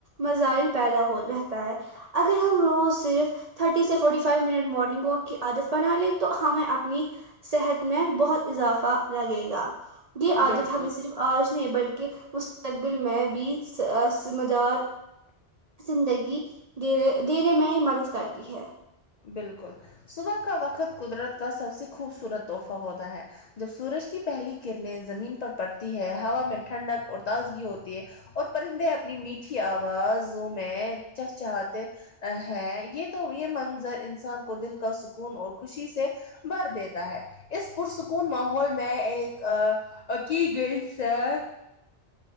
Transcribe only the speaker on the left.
بالکل
بالکل صبح کا وقت قدرت کا سب سے خوبصورت تحفہ ہوتا ہے جب سورج کی پہلی کرنیں زمین پر پڑتی ہے ہوا میں ٹھنڈک اور تازگی ہوتی ہے اور پرندے اپنی میٹھی آوازوں میں چہ چہا تے ہے یہ تو یہ منظر انسان کو دل کا سکون اور خوشی سے بھر دیتا ہے اس پرسکون ماحول میں ایک اکی گئی سیر